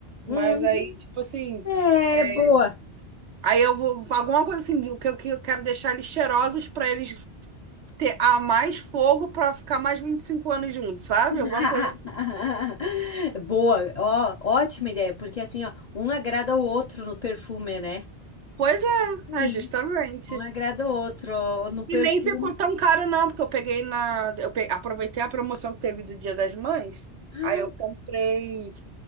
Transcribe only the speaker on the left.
uhum.
É,
boa.
<laughs>
Boa, ó, ótima ideia, porque assim, ó, um agrada o outro no perfume, né?
Sim.
Um agrada o outro ó, no perfume.
Ah,